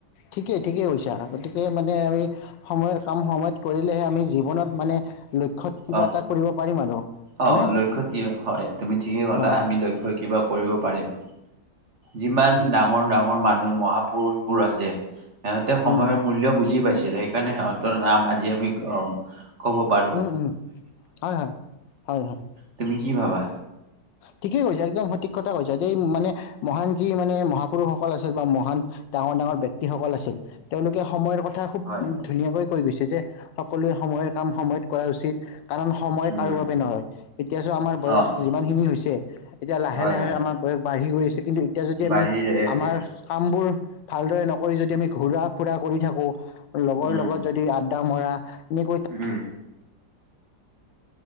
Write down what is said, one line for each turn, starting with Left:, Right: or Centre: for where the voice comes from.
Left: ঠিকেই ঠিকেইছা গতিকে মানে আৰু এই সময়ৰ কাম সময়ত কৰিলেহে আমি জীৱনত মানে লক্ষ্যত কিবা
Right: অ
Left: এটা কৰিব পাৰিম আৰু।
Right: অ',
Left: হয়নে
Right: লক্ষ্যত কি হয় তুমি ঠিকেই কলা
Left: অঁ
Right: আমি লক্ষ্যৰ কিবা কৰিব পাৰিম। যিমান
Left: হয়
Right: ডাঙৰ ডাঙৰ মানুহ মহাপুৰুষবোৰ আছে সিহঁতে সময়ৰ
Left: উম
Right: মূল্য বুজি পাইছিলে সেইকাৰণে সিহঁত ৰ' নাম আজি আমি ক ক'ব পাৰো।
Left: হয়, হয়, হয়, হয়।
Right: তুমি কি ভাবা?
Left: ঠিকেই কৈছে একদম সঠিক কথা কৈছে দ মানে মহান যি মানে মহাপুৰুষসকল আছিল বা মহান ডাঙৰ, ডাঙৰ ব্যক্তিসকল আছিল তেওঁলোকে সময়ৰ কথা কথা খুব
Right: হয়
Left: ধুনীয়াকৈ কৈ গৈছে যে সকলোৱে সময়ৰ কাম সময়ত কৰা উচিত। কাৰণ সময়
Right: উম,
Left: কাৰোঁ বাবে নৰয় এতিয়া চো আমাৰ বয়স
Right: অ',
Left: যিমানখিনি হৈছে এতিয়া লাহে
Right: হয়
Left: লাহে
Right: হয়
Left: আমাৰ বয়স বাঢ়ি গৈ আছে কিন্তু এতিয়া যদি
Right: বাঢ়ি
Left: আমি
Right: যাই আছে
Left: আমাৰ কামবোৰ ভালদৰে নকৰি যদি আমি ঘূৰা-ফুৰা কৰি থাকো লগৰ
Right: উম,
Left: লগত যদি আড্ডা মৰা এনেকৈ
Right: উম।